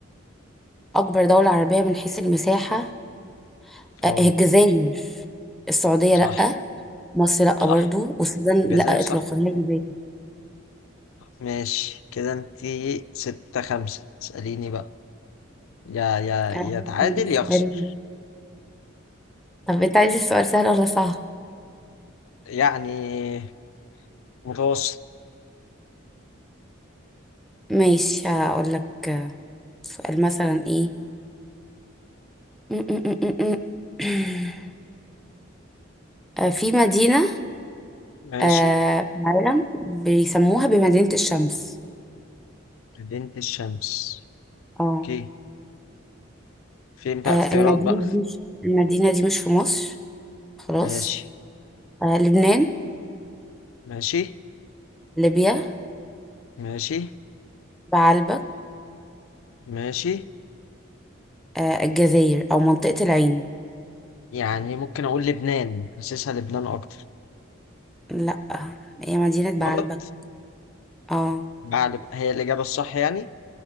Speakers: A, in the centre; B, on the left.
A: أكبر دولة عربية من حيث المساحة
B: اه
A: آه، الجزائر السعودية لأ
B: صح
A: مصر لأ
B: صح
A: برضو والسودان
B: الجزائر
A: لأ
B: صح
A: إطلاقا هي جزائر
B: ماشي كده انتي ستة خمسة اسأليني بقى يا يا يا
A: أنا
B: تعادل
A: عايزة السؤال
B: يا اخسر
A: طب أنت عايز السؤال سهل ولا صعب؟
B: يعني متوسط
A: ماشي هقول لك سؤال مثلا إيه م- م- م- م- م. <clears throat> آه، في مدينة
B: ماشي
A: آه، في العالم بيسموها بمدينة الشمس
B: مدينة الشمس
A: اه
B: اوكي فين بقى
A: آه،
B: اختيارات
A: المدينة
B: بقى
A: دي مش المدينة دي مش في مصر خلاص
B: ماشي
A: آه، لبنان
B: ماشي
A: ليبيا
B: ماشي
A: بعلبك
B: ماشي
A: آه، الجزائر أو منطقة العين
B: يعني ممكن اقول لبنان حاسسها لبنان اكتر
A: لأ هي مدينة
B: غلط
A: بعلبك اه
B: بعد هي الاجابة الصح يعني